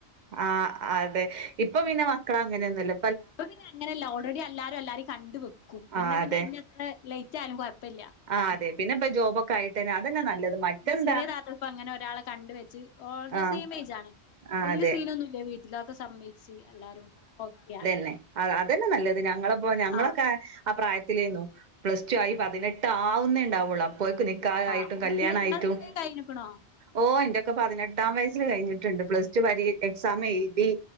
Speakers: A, on the right; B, on the left.
A: ആ അതെ ഇപ്പൊ പിന്നെ മക്കളങ്ങനെയൊന്നുല്ല
B: ഇപ്പോപ്പിനങ്ങനെല്ല ഓൾറെഡി എല്ലാരു എല്ലാരേ കണ്ട് വെക്കും പിന്നെ
A: ആഹ്
B: പിന്നെ
A: അതെ
B: അ അത്ര ലേറ്റ് ആയാലുംകൊയപ്പെല്യ.
A: ആഹ്
B: അ
A: അതെ പിന്നെ ഇപ്പ ജോബൊക്കെ ആയിട്ടന്നെ
B: അതന്നെ
A: നല്ലത് മറ്റെന്താ
B: ന്റെ ചെറിയനാത്തൂന് ഇപ്പ അങ്ങനെ ഒരാളെ കണ്ട്വെച്ച് ഓ ള്ത്
A: ആഹ്
B: സെയിമേജാന്
A: ആഹ്
B: എല്ല്സീനൊന്നുംല്ല
A: അതെ
B: വീട്ടിലൊക്കെ സമ്മയിച്ച് എല്ലാരും ഓക്കെയാണ്.
A: അ അതന്നെ നല്ലത് ഞങ്ങളെ അപ്പോൊ ഞങ്ങളൊക്കേ
B: ആഹ്
A: ആ പ്രായത്തിലേന്നു പ്ലസ് ടു ആയി പതിനെട്ട് ആവുന്നേണ്ടാവുള്ളൂ അ പോയിക് നിക്കാ
B: ആഹ്
A: ആായിട്ടും കല്യാണായിട്ടും
B: ഇങ്ങൾതൊക്കെ വേം കഴിഞ്ഞ്ക്ക്ണോ
A: ഓ ഇന്റെയൊക്കെ പതിനെട്ടാം വയസ്സിൽ കഴിഞ്ഞി ണ്ട് പ്ലസ്ടു പരീ എക്സാം എഴുതി